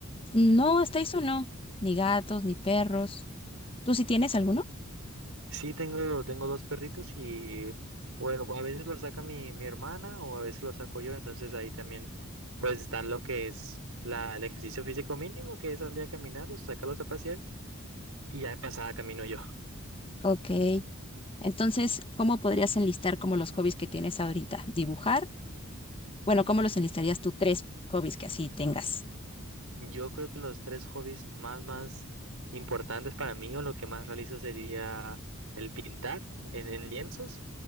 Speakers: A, on the left; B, on the right.
A: No, hasta eso no. Ni gatos, ni perros. ¿Tú sí tienes alguno?
B: Sí, tengo, tengo dos perritos y, bueno, a veces los saca mi, mi hermana o a veces los saco yo, entonces ahí también, pues, está lo que es la, el ejercicio físico mínimo, que es salir a caminar, los sacarlos a pasear y ya de pasada camino yo.
A: Ok, entonces, ¿cómo podrías enlistar como los hobbies que tienes ahorita? ¿Dibujar? Bueno, ¿cómo los enlistarías tú? Tres hobbies que así tengas.
B: Yo creo que los tres hobbies más, más importantes para mí o lo que más realizo sería el pintar en, en lienzos,